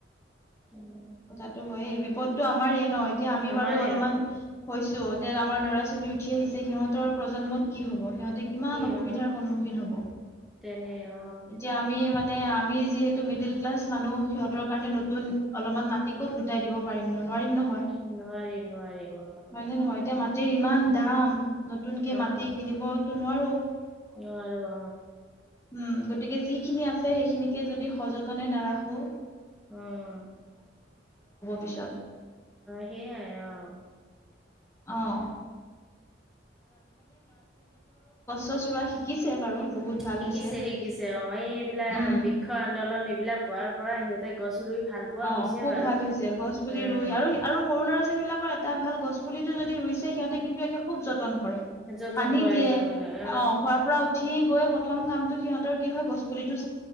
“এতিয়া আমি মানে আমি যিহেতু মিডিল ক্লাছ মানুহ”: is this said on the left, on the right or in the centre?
Left